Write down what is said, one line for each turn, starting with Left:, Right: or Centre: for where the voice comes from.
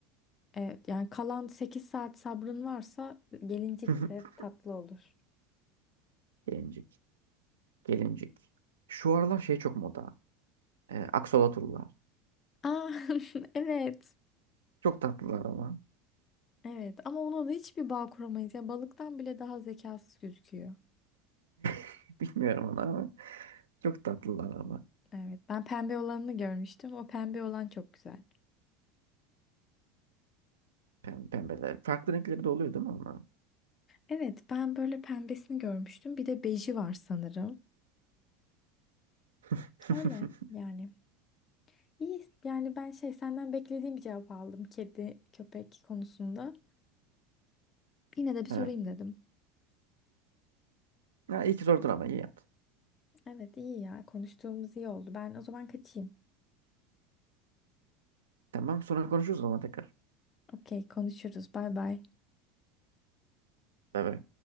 Left: Evet yani kalan 8 saat sabrın varsa gelincik
Right: <laughs>
Left: de tatlı olur.
Right: Gelincik. Gelincik. Şu aralar şey çok moda. E, Aksolotlular.
Left: Aa, <laughs> evet.
Right: Çok tatlılar ama.
Left: Evet ama ona da hiçbir bağ kuramayız. ya balıktan bile daha zekasız gözüküyor.
Right: <laughs> Bilmiyorum onu ama. Çok tatlılar ama.
Left: Evet ben pembe olanını görmüştüm. O pembe olan çok güzel.
Right: Pem pembeler. Farklı renkleri de oluyor değil mi ama?
Left: Evet ben böyle pembesini görmüştüm. Bir de beji var sanırım.
Right: <laughs>
Left: Öyle yani. İyi yani ben şey senden beklediğim bir cevap aldım kedi köpek konusunda. Yine de bir sorayım
Right: Evet.
Left: dedim.
Right: Ha, iyi ki sordun ama iyi yaptın.
Left: Evet iyi ya konuştuğumuz iyi oldu. Ben o zaman kaçayım.
Right: Tamam sonra konuşuruz o zaman tekrar.
Left: Okey konuşuruz. Bay bay.
Right: Bay